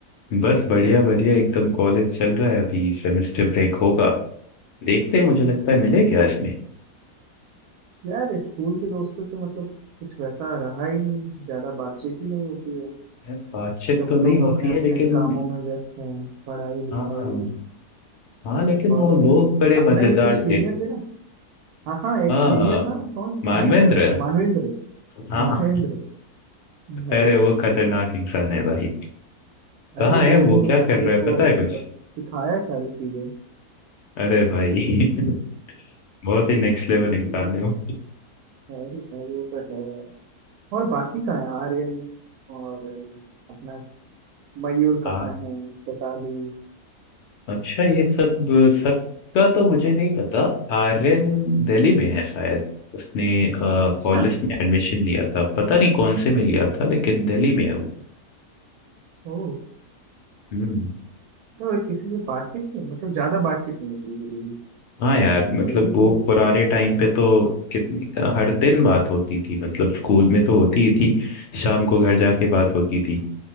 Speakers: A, on the left (about 65°); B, on the right (about 80°).
A: बस बढ़िया बढ़िया एकदम कॉलेज चल रहा है अभी सेमेस्टर ब्रेक होगा देखते हैं मुझे लगता है मिले क्या इसमें
B: यार स्कूल के दोस्तों से मतलब कुछ वैसा रहा ही नहीं ज्यादा बातचीत ही नहीं होती है
A: है, बातचीत
B: सब
A: तो नहीं
B: लोग
A: होती
B: अपने
A: है
B: अपने
A: लेकिन
B: कामों में व्यस्त हैं पढ़ाई लिखाई
A: हाँ हाँ लेकिन
B: और
A: वो लोग बड़े
B: अपना
A: मजेदार
B: एक वो सीनियर
A: थे
B: थे ना हाँ हाँ एक
A: हाँ
B: सीनियर था ना कौन क्या
A: मानवेंद्र
B: नाम था उसका मानवेंद्र
A: हाँ
B: मानवेंद्र भाई
A: अरे वो खतरनाक इंसान है भाई
B: अरे
A: कहाँ
B: वो
A: है
B: दिन
A: वो क्या
B: तो
A: कर
B: हम लोग
A: रहा है
B: को
A: पता है कुछ
B: मतलब सिखाया है सारी चीजें <laughs>
A: अरे भाई <laughs> बहुत ही नेक्स्ट लेवल इंसान है वो
B: भाई भाई वो तो है और बाकी कहाँ है आर्यन और अपना मयूर कहाँ
A: हाँ,
B: है कताली
A: अच्छा ये सब सबका तो मुझे नहीं पता आर्यन दिल्ली में है शायद उसने कॉलेज
B: अच्छा
A: में एडमिशन लिया था पता नहीं कौन से में लिया था लेकिन दिल्ली में है वो
B: ओ
A: हम्म
B: तो किसी से बातचीत नहीं मतलब ज्यादा बातचीत नहीं होती है मेरी भी
A: हाँ यार
B: तो
A: मतलब
B: मेरी
A: वो
B: भी
A: पुराने टाइम पे तो कितनी हर दिन बात होती थी मतलब स्कूल में तो होती ही थी शाम को घर जाके बात होती थी